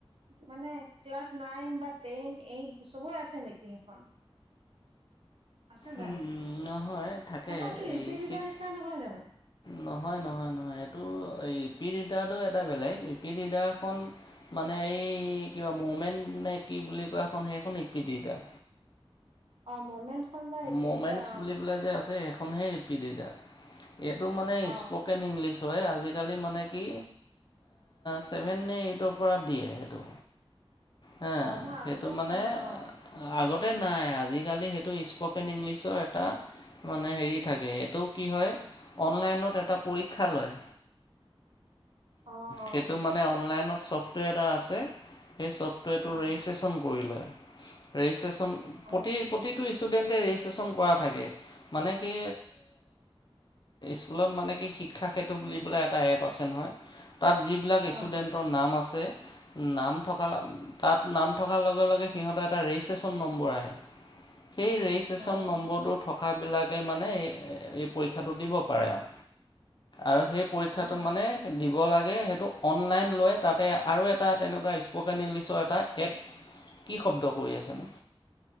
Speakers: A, on the right; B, on the left.
A: মানে ক্লাছ নাইন বা টেন এইট চবে আছে নেকি সেইখন। আছে জানো
B: উম, নহয় থাকে
A: সখন কি
B: এই
A: ইপি ৰিডাৰটো
B: ছিক্স
A: নিচিনা নহয় জানো।
B: নহয়, নহয়, নহয় এইটো এই ইপি ৰিডাৰটো এটা বেলেগ ইপি ৰিডাৰখন মানে এই কিবা মমেন্ট নে কি বুলি কোৱাখন সেইখন ইপিটিতা
A: অ', মমেন্টখন বা ৰিপিৰিটা
B: ম'মেণ্টছ বুলি পেলাই যে আছে সেইখন সেই পিডডা এইটো মানে
A: অ',
B: স্পকেন ইংলিছ ছয় আজিকালি মানে কি চছেভেন, এইটৰ পৰা দিয়ে সেইটো। হ,
A: অ', অ', মই
B: সেইটো
A: আগতে
B: মানে
A: পোৱা নাই অ',
B: আগতে নাই আজিকালি সেইটো স্পকেন ইংলিছৰ এটা মানে হেৰি থাকে এইটো কি হয় অনলাইনত এটা পৰীক্ষা লয়।
A: অ',
B: সেইটো মানে অনলাইনত ছফ্টৱেৰ এটা আছে। সেই চফ্টৱেৰটো
A: অ', অ',
B: ৰেজিষ্ট্ৰেশচন কৰিলে ৰেজিষ্টন প্ৰতি
A: অ',
B: প্ৰতিটো ষ্টুডেণ্টে ৰেজিষ্ট্ৰেশ্যন কৰা থাকে মানে কি স্কুলত মানে কি শিক্ষা সেইেতু বুলি পেলাই এটা এ প আছে নহয়। তাত যিবিলাক
A: অ',
B: ষ্টুডেণ্টৰ নাম আছে। নাম থকা তাত নাম থকাৰ লগে, লগে সিহঁতৰ এটা ৰেজিষ্ট্ৰেশ্যন নম্বৰ আহে। সেই ৰেজিষ্ট্ৰেচশ্যন
A: অ',
B: নম্বৰটোত
A: অ'।
B: থকাবিলাকে মানে এই পৰীক্ষাটো দিব পাৰে আৰু, আৰু সেই পৰীক্ষাটো
A: অ',
B: মানে দিব লাগে। সেইটো অনলাইন লয় তাতে আৰু এটা তেনেকুৱা স্পকেন ইংলিছৰ এটা এপ কি শব্দ কৰি আছেনো।